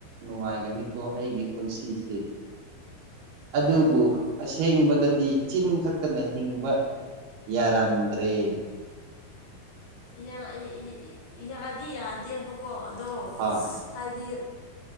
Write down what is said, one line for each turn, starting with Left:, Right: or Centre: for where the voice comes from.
Right: ꯅꯨꯡꯉꯥꯏꯒꯅꯤꯀꯣ ꯑꯩꯒꯤ ꯄꯨꯟꯁꯤꯁꯦ
Left: ꯎꯝ
Right: ꯑꯗꯨꯕꯨ ꯑꯁꯦꯡꯕꯗ ꯗꯤ ꯆꯤꯟ ꯈꯛꯇꯅ ꯍꯤꯡꯕ ꯌꯥꯔꯝꯗ꯭ꯔꯦ
Left: ꯌꯥ ꯏ ꯏ ꯏ ꯌꯥꯗꯤ ꯌꯥꯗꯦꯕꯀꯣ ꯑꯗꯣ
Right: ꯍꯣꯏ
Left: ꯍꯥꯏꯗꯤ